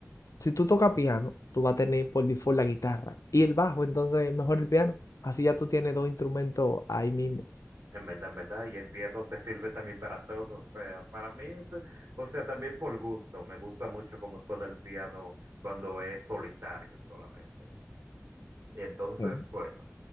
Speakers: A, on the left; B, on the right.
A: si tú tocas piano, tú vas a tener por default la guitarra y el bajo, entonces mejor el piano. Así ya tú tienes dos instrumentos ahí mismo.
B: En verdad, en verdad, y el piano te <laughs> sirve también para todo, o sea, para mí, t- o sea, también por gusto, me gusta mucho cómo suena el piano cuando es solitario solamente. Y entonces,
A: Mm.
B: bueno,